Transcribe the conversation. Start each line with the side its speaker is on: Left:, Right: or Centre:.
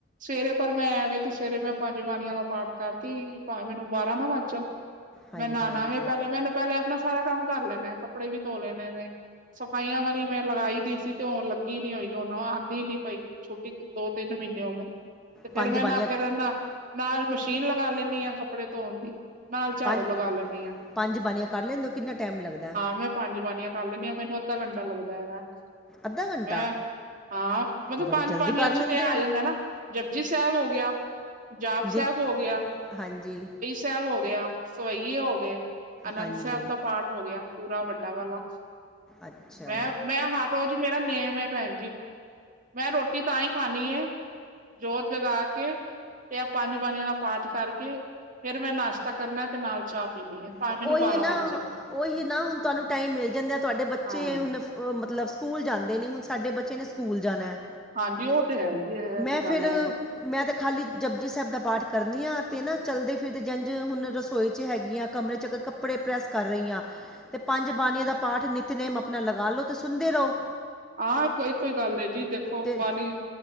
Right: ਸਵੇਰੇ ਪਰ ਮੈਂ ਐਂਵੇਂ ਕਿ ਸਵੇਰੇ ਮੈਂ ਪੰਜ ਬਾਣੀਆਂ ਦਾ ਪਾਠ ਕਰਕੇ ਹੀ ਭਾਵੇ ਮੈਨੂੰ ਬਾਰਾਂ ਨਾ ਵੱਜ ਜਾਣ।
Centre: ਹਾਂਜੀ
Right: ਮੈਂ ਨ੍ਹਾਉਣਾ
Centre: ਹਾਂਜੀ
Right: ਵੀ ਪਹਿਲੇ, ਮੈਂ ਪਹਿਲੇ ਆਪਣਾ ਸਾਰਾ ਕੰਮ ਕਰ ਲੈਣਾ ਕੱਪੜੇ ਵੀ ਧੋ ਲੈਣੇ ਨੇ। ਸਫਾਈਆਂ ਵਾਲੀ ਮੈਂ ਲਗਾਈ ਦੀ ਸੀ ਤੇ ਹੁਣ ਉਹ ਲੱਗੀ ਨੀ ਹੋਈ ਹੁਣ, ਉਹ ਆਂਦੀ ਨੀ ਪਈ। ਛੁੱਟੀ ਤੇ ਦੋ ਤਿੰਨ ਮਹੀਨੇ ਹੋ ਗਏ। ਤੇ ਫੇਰ
Centre: ਪੰਜ
Right: ਮੈਂ
Centre: ਬਾਣੀਆਂ
Right: ਨਾ ਫੇਰ ਨਾ ਨਾਲ ਮਸ਼ੀਨ ਲਗਾ ਲੈਂਣੀ ਆ ਕੱਪੜੇ ਧੋਣ ਦੀ। ਨਾਲ ਝਾੜੂ
Centre: ਪੰਜ
Right: ਲਗਾ ਲੈਂਣੀ, ਹਾਂ
Centre: ਪੰਜ ਬਾਣੀਆਂ ਕਰ ਲੈਂਦੇ ਹੋ ਕਿੰਨਾ ਟਾਈਮ ਲੱਗਦਾ
Right: ਮੈਂ। ਪੰਜ ਬਾਣੀਆਂ ਕਰ ਲੈਣੀਆਂ, ਮੈਨੂੰ ਅੱਧਾ ਘੰਟਾ ਲੱਗਦਾ ਹੈਗਾ।
Centre: ਅੱਧਾ ਘੰਟਾ।
Right: ਮੈਂ ਹਾਂ ਮਤਲਬ
Centre: ਬੜੀ
Right: ਪੰਜ
Centre: ਜਲਦੀ
Right: ਬਾਣੀਆਂ
Centre: ਕਰ
Right: 'ਚ
Centre: ਲੈਂਦੇ
Right: ਤਾਂ ਇਹ ਆ
Centre: ਹੋ
Right: ਜਾਂਦਾ ਨਾ ਜਪੁਜੀ ਸਾਹਿਬ ਹੋ ਗਿਆ। ਜਾਪ
Centre: ਦਿਨ
Right: ਸਾਹਿਬ ਹੋ ਗਿਆ ਹੈ।
Centre: ਹਾਂਜੀ।
Right: ਸੁਖਮਨੀ ਸਾਹਿਬ ਹੋ ਗਿਆ, ਸਵਈਏ ਹੋ ਗਏ, ਆਨੰਦ
Centre: ਹਾਂਜੀ
Right: ਸਾਹਿਬ ਦਾ ਪਾਠ ਹੋ ਗਿਆ ਪੂਰਾ ਵੱਡਾ ਵਾਲਾ।
Centre: ਅੱਛਾ
Right: ਮੈਂ ਮੈਂ ਹਰ ਰੋਜ਼ ਮੇਰਾ ਨੇਮ ਹੈ ਭੈਣ ਜੀ ਮੈਂ ਰੋਟੀ ਤਾਂ ਹੀ ਖਾਣੀ ਹੈ। ਜੋਤ ਜਗਾ ਕੇ। ਤੇ ਆਪ ਪੰਜ ਬਾਣੀਆਂ ਦਾ ਪਾਠ ਕਰਕੇ ਫੇਰ ਮੈਂ ਨਾਸ਼ਤਾ ਕਰਨਾ ਤੇ ਨਾਲ ਚਾਹ। ਭਾਵੇਂ
Centre: ਉਹੀ
Right: ਮੈਨੂੰ ਬਾਰਾਂ
Centre: ਹੈ ਨਾ
Right: ਵੱਜ ਜਾਣ।
Centre: ਉਹੀ ਨਾ ਹੁਣ ਤੁਹਾਨੂੰ ਟਾਈਮ ਮਿਲ ਜਾਂਦਾ ਤੁਹਾਡੇ ਬੱਚੇ
Right: ਹਾਂ
Centre: ਹੁਣ। ਉਹ ਮਤਲਬ ਸਕੂਲ ਜਾਂਦੇ ਨੇ ਹੁਣ ਸਾਡੇ ਬੱਚੇ ਨੇ ਸਕੂਲ ਜਾਣਾ ਹੈ।
Right: ਹਾਂਜੀ ਉਹ ਤੇ ਹੈਗੀ ਇਹ
Centre: ਮੈਂ
Right: ਤੇ ਗੱਲ
Centre: ਫਿਰ
Right: ਹੈ।
Centre: ਮੈਂ ਤੇ ਖਾਲੀ ਜਪੁਜੀ ਸਾਹਿਬ ਦਾ ਪਾਠ ਕਰਨੀ ਹਾਂ ਤੇ ਨਾ ਚਲਦੇ ਫਿਰਦੇ ਜੰਝ ਹੁਣ ਰਸੋਈ 'ਚ ਹੈਗੀਆਂ। ਕਮਰੇ 'ਚ ਅਗਰ ਕੱਪੜੇ ਪ੍ਰੈੱਸ ਕਰ ਰਹੀ ਹਾਂ। ਅਤੇ ਪੰਜ ਬਾਣੀਆਂ ਦਾ ਪਾਠ ਨਿਤਨੇਮ ਆਪਣਾ ਲਗਾ ਲਉ ਅਤੇ ਸੁਣਦੇ ਰਹੋ।
Right: ਹਾਂ ਇੱਕੋ ਇੱਕੋਂ ਗੱਲ ਹੈ ਜੀ ਦੇਖੋ
Centre: ਤੇ
Right: ਬਾਣੀ